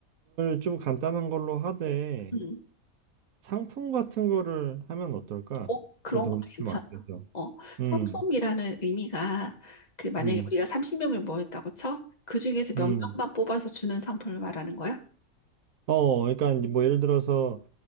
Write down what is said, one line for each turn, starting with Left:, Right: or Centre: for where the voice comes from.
Right: 좀 간단한 걸로 하되
Left: 음
Right: 상품 같은 거를 하면 어떨까?
Left: 어, 그런
Right: 그 돈
Left: 것도 괜찮아.
Right: 좀 아껴서.
Left: 어,
Right: 음,
Left: 상품이라는 의미가 그 만약에
Right: 음,
Left: 우리가 30명을 모였다고 쳐? 그 중에서 몇
Right: 음.
Left: 명만 뽑아서 주는 상품을 말하는 거야?
Right: 어, 그러니까 이제 뭐 예를 들어서